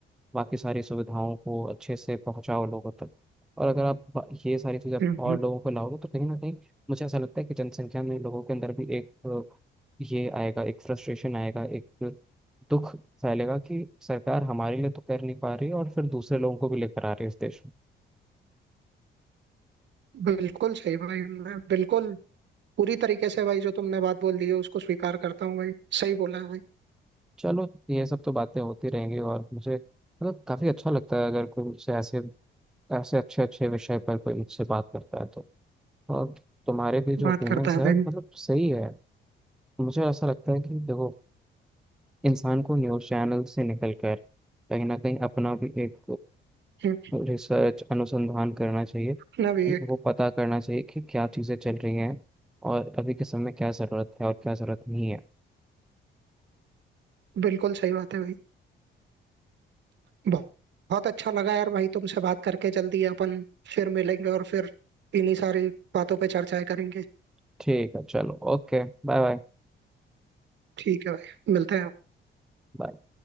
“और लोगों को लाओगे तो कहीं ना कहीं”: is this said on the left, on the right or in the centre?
Centre